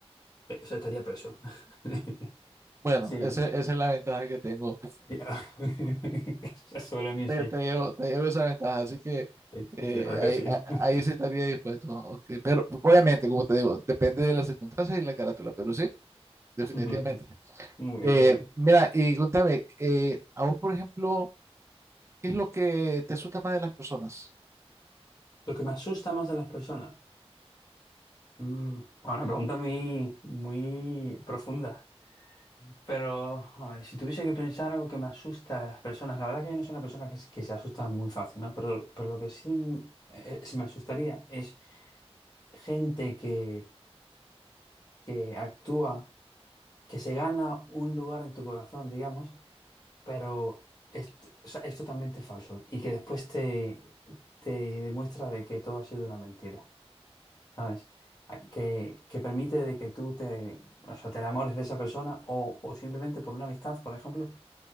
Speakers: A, on the left (about 40°); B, on the right (about 25°).
A: Eso estaría preso. <laughs>
B: Bueno,
A: Sí.
B: ese- esa es la ventaja que tengo.
A: Ya. <laughs> Sobre mí,
B: Te,
A: sí.
B: te llevo, te llevo esa ventaja, así que
A: Sí,
B: eh,
A: sí, sí, la verdad
B: ahí,
A: que sí.
B: a-
A: <laughs>
B: ahí sí estaría dispuesto. ok. Pero obviamente, como te digo, depende de las circunstancias y la carátula, pero sí, definitivamente.
A: Ujú. Muy bien,
B: Eh,
A: muy bien.
B: mira, y contame, eh, a vos, por ejemplo, ¿qué es lo que te asusta más de las personas?
A: Lo que me asusta más de las personas. Mm, Bueno, una pregunta muy, muy profunda. Pero, a ver, si tuviese que pensar algo que me asusta de las personas, la verdad que yo no soy una persona que, s- que se asusta muy fácil, ¿no? Pero, pero lo que sí mm, eh, sí me asustaría es gente que, que actúa, que se gana un lugar en tu corazón, digamos, pero es, o sea, es totalmente falso y que después te, te demuestra de que todo ha sido una mentira, ¿sabes? A- Que, que permite de que tú te, o sea, te enamores de esa persona o, o simplemente por una amistad, por ejemplo,